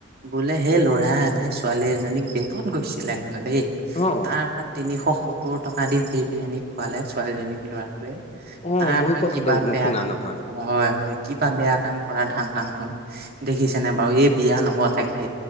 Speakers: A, on the right; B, on the left.
A: বোলে সেই ল'ৰা এটাই ছোৱালী এজনীক ডেটত গৈছিলে দেই
B: অ
A: তাৰপা তিনিশ সত্তৰ টকা দি বিৰিয়ানী খোৱালে ছোৱালীজনীক ল'ৰাটোৱে
B: অ
A: তাৰ
B: ময়ো
A: পৰা
B: কথাটো
A: কিবা
B: শুনো
A: বেয়া
B: শুনা নহয়
A: হয় - হয়। কিবা বেয়া কাম কৰাৰ ধাণ্ডা নহয় দেখিছেনে বাৰু এই বিয়া নপতাকে